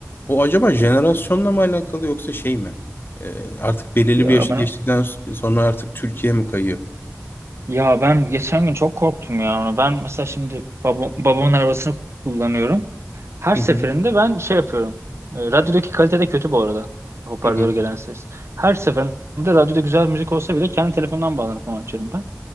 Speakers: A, on the left (about 45°); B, on the right (about 60°).
A: O acaba jenerasyonla mı alakalı yoksa şey mi? E, artık belirli
B: Ya
A: bir yaşı
B: ben
A: geçtikten sonra artık Türkiye mi kayıyor?
B: ya ben geçen gün çok korktum ya ona. Ben mesela şimdi babam, babamın arabasını kullanıyorum. Her
A: Hı
B: seferinde
A: hı.
B: ben şey yapıyorum. E, Radyodaki kalite de kötü bu arada. Hoparlöre
A: Hı hı.
B: gelen ses. Her seferinde radyoda güzel müzik olsa bile kendi telefonumdan bağlanıp onu açarım ben.